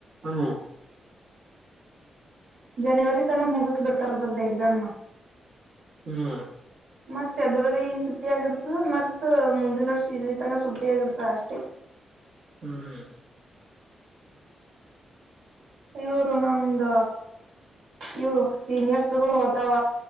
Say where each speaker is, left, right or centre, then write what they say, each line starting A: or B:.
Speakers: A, on the right (about 65°); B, on the right (about 80°).
A: ಹ್ಮ್
B: ಜನವರಿ ತನ ಮುಗಿಸ ಬಿಡ್ತಾರದದ್ದ ಎಕ್ಸಾಮ
A: ಹ್ಮ್
B: ಮತ್ ಫೆಬ್ರವರಿನ್ ಸುಟ್ಟಿ ಆಗರ್ತದ ಮತ್ತ ಮುಂಂದಿನ ವರ್ಷ ಇಲ್ಲಿ ತನ ಸುಟ್ಟಿ ಆಗರ್ತ ಅಷ್ಟೇ
A: ಹ್ಮ್್ಮ
B: ಇವರು ನಮ್ದ ಇವು ಸೀನಿಯರ್ಸ್ಗಳು ಹೋ್ತಾವ